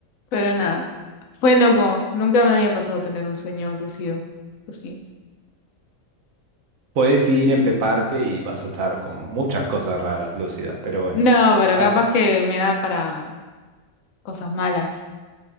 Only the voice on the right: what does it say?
Puedes ir, empeparte y vas a estar con muchas cosas raras, lúcidas, pero bueno.
Ah,